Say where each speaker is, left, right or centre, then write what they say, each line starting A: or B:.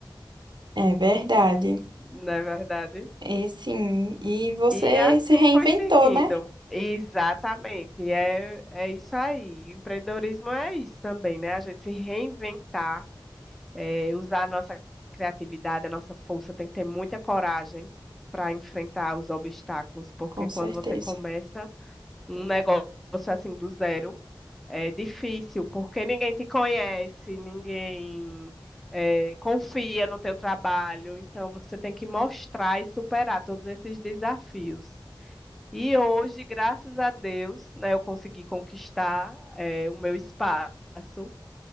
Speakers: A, on the right; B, in the centre.
A: é verdade.
B: não é verdade?
A: É sim, e você
B: E assim
A: se reinventou,
B: foi seguindo.
A: né?
B: Exatamente. É, é isso aí. Empreendedorismo é isso também, né? A gente se reinventar, é, usar a nossa criatividade, a nossa força, tem que ter muita coragem para enfrentar os obstáculos, porque
A: Com certeza.
B: quando você começa um negócio assim do zero, é difícil, porque ninguém te conhece, ninguém eh, confia no teu trabalho, então você tem que mostrar e superar todos esses desafios. E hoje, graças a Deus, né, eu consegui conquistar é, o meu espaço